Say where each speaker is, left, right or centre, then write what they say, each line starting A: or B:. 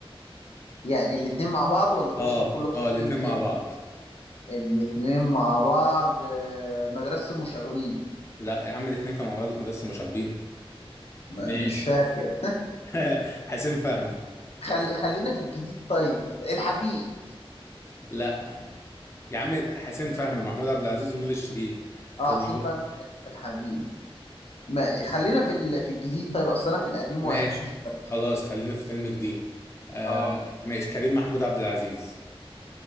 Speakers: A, on the left; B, on the left.
A: يعني الاتنين مع بعض ولا تقصد
B: اه
A: كل واحد
B: اه الاتنين
A: في
B: مع بعض
A: الاتنين مع بعض آه، مدرسة المشاغبين
B: لا يا عم الاتنين كانوا مع بعض في مدرسة مشاغبين
A: ما-
B: ماشي
A: مش فاكر
B: <laughs> حسين فهمي
A: خلي خلينا في الجديد طيب الحفيد
B: لا يا عم حسين فهمي محمود عبد العزيز ونور الشريف
A: اه
B: كانوا
A: حسين فهمي كان في الحفيد ما خلينا في ال... في الجديد طيب اصل انا في القديم
B: ماشي
A: وقع فيه شوية.
B: خلاص خلينا في فيلم جديد آه
A: اه,
B: ماشي كريم محمود عبد العزيز